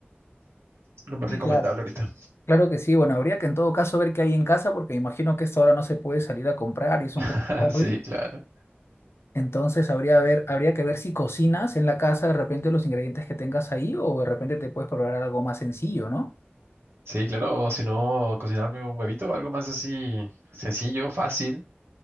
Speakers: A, on the right; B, on the left.
A: lo más
B: Sí,
A: recomendable
B: claro.
A: ahorita.
B: Claro que sí, bueno, habría que en todo caso ver qué hay en casa porque imagino que a esta hora no se puede salir a comprar y es
A: <laughs>
B: un poco tarde.
A: Sí, claro.
B: Entonces habría, ver, habría que ver si cocinas en la casa de repente los ingredientes que tengas ahí o de repente te puedes probar algo más sencillo, ¿no?
A: Sí, claro, o si no, cocinarme un huevito, algo más así sencillo, fácil